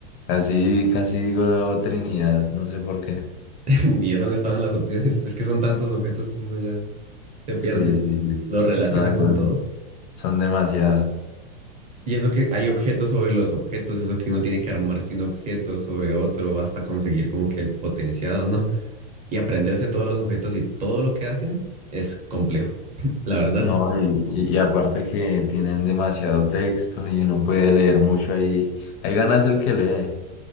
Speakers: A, on the left; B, on the right.
A: Casi, casi digo Trinidad, no sé por qué.
B: <laughs> Y eso no estaban las opciones, es que son tantos objetos que uno ya se pierde,
A: Sí, sí, sí.
B: lo relaciona
A: No, sé.
B: con todo.
A: son demasiadas.
B: Y eso que hay objetos sobre los objetos, eso que uno tiene que armarse un objeto sobre otro hasta conseguir como que el potenciado, ¿no? Y aprenderse todos los objetos y todo lo que hacen es complejo. <laughs> La verdad,
A: No, y, y- y aparte que tienen demasiado texto y uno puede leer mucho ahí. hay ganas el que lee.